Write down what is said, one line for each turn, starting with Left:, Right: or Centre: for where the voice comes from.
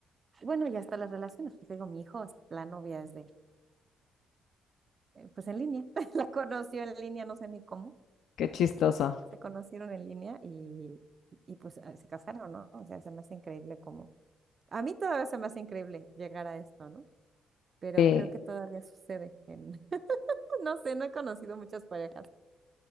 Right: bueno, y hasta las relaciones, pues digo, mi hijo, la novia es de, eh, pues en línea, <laughs> la conoció en línea, no sé ni cómo,
Left: Qué chistoso.
Right: se conocieron en línea y, y pues eh, se casaron, ¿no? O sea, se me hace increíble como, a mí todavía se me hace increíble llegar a esto, ¿no? Pero
Left: Sí,
Right: creo que todavía sucede en, <laughs> no sé, no he conocido muchas parejas